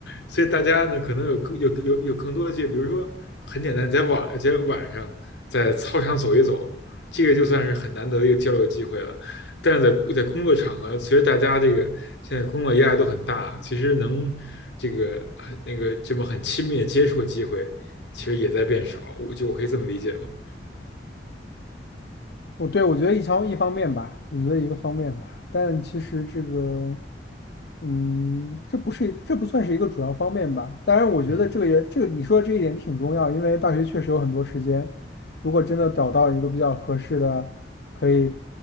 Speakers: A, on the left; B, on the left.
A: 所以大家呢可能有更有有有更多的这，比如说很简单，在晚在晚上在操场走一走，这个就算是很难得的一个交流机会了。但是在在工作场合，其实大家这个现在工作压力都很大，其实能这个那个这么很亲密的接触的机会，其实也在变少。我就我可以这么理解吗？
B: 我对我觉得一方一方面吧，我觉得一个方面吧，但其实这个，嗯，这不是这不算是一个主要方面吧。当然，我觉得这个也这个你说的这一点挺重要，
A: 嗯，
B: 因为大学确实有很多时间，如果真的找到一个比较合适的，可以